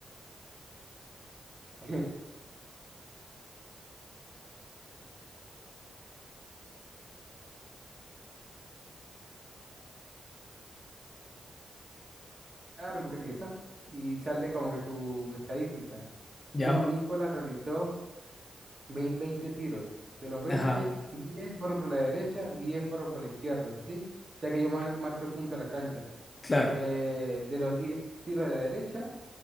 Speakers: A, on the right; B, on the left.
A: <laughs> Agarra un poco etiqueta y sale como que su estadística.
B: ya,
A: No, Nicolás realizó Ve- 20 tiros. De los veinte
B: ajá,
A: 10 fueron por la derecha, 10 fueron por la izquierda, ¿sí? Ya que yo mar- marco el punto de la cancha.
B: claro.
A: Eh, de los 10 tiros de la derecha,